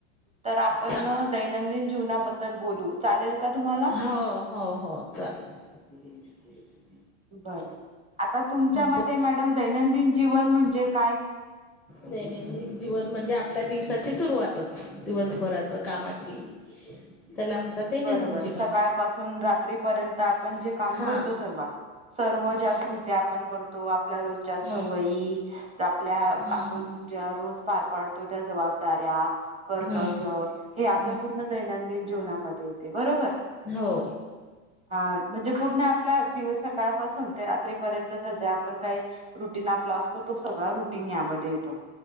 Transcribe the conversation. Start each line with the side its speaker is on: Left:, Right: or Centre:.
Right: तर आपण
Centre: चालेल
Right: दैनंदिन जीवना बदद्ल दल बोलू चालेल का तुम्हाला?
Centre: हो हो हो चालेल <unintelligible>
Right: बरं आता तुमच्या
Centre: हम्म
Right: मते मॅडम दैनंदिन जीवन म्हणजे काय?
Centre: दैनंदिन जीवन म्हणजे आपल्या दिवसाची सुरुवातच दिवसभराच कामाची. त्याला म्हणतात दैनंदिन
Right: बरोबर
Centre: जीवन
Right: सकाळपासून रात्रीपर्यंत आपण जे काम
Centre: हा
Right: करतो सर्व सर्व
Centre: हम्म
Right: ज्या कृत्या आपण करतो आपल्या रोजच्या सवयी
Centre: हम्म
Right: आपल्या
Centre: हम्म
Right: आपण ज्या रोज पार पाडतो त्या जबाबदाऱ्या कर्तव्य
Centre: हम्म
Right: हे आपल्या
Centre: हम्म
Right: पूर्ण दैनंदिन जीवनामध्ये येते बरोबर.
Centre: हो.
Right: ह <unintelligible> हा म्हणजे पूर्ण आपल्या दिव सकाळपासून ते रात्रीपर्यंतच जे आपण काही रुटीन आपल असतो तो सगळा रुटीन या बदे येतो.